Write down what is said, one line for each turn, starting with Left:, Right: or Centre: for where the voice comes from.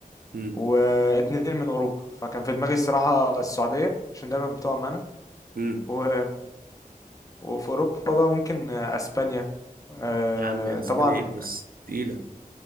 Right: امم
Left: واتنين من اوروبا فكان في دماغي الصراحة السعودية عشان دايما بتقع معانا
Right: امم
Left: و... وفي اوروبا بقى ممكن اسبانيا آه،
Right: يا عم يا اسبانيا
Left: طبعا
Right: ايه بس تقيله